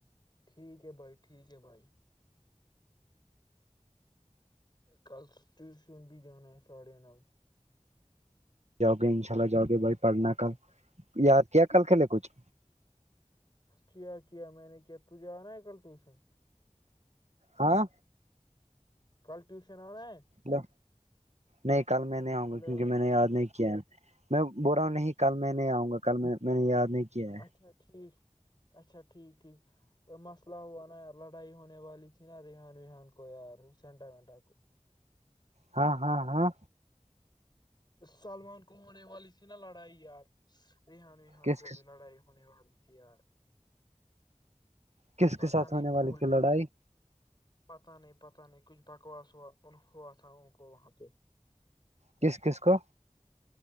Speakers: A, on the left; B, on the right.
A: ٹھیک ہے بھائی ٹھیک ہے بھائی کل ٹیوشن بھی جان ہے ساڑھے نو
B: جاؤگے ان شاء اللہ جاؤگے بھائی پڑھنا کل یاد کیا کل کھیلے کچھ
A: کیا کیا میں نے کیا تجھے آناا ہے کل ٹیوشن
B: ہاں
A: کل ٹیوشن آناا ہے
B: لو نہیں کل میں نہیں آؤں
A: ہلو
B: گا کیونکہ میں نے یاد نہیں کیا ہے میں بول رہا ہوں نہیں کل میں نہیں آؤں گا کل میں میں نے یاد نہیں کیا ہے
A: اچھا ٹھیک اچھا ٹھیک ٹھیک مسئلہ ہوا نا یار لڑائی ہونے والی تھی نا ریحان ویحان کو یار سینٹا وینٹا کو
B: ہاں ہاں ہاں
A: سلمان کو ہونے والی تھی نا لڑائی یار ریحان ویحان
B: کس
A: کو بھی لڑائی ہونے والی تھی یار
B: کس
A: پتا
B: کے ساتھ
A: نہیں
B: ہونے
A: پول
B: والی تھی
A: میں
B: لڑائی
A: پتا نہیں پت نہیں کچھ بکواس ہوا ہوا تھا ان کو وہاں پہ
B: کس کس کو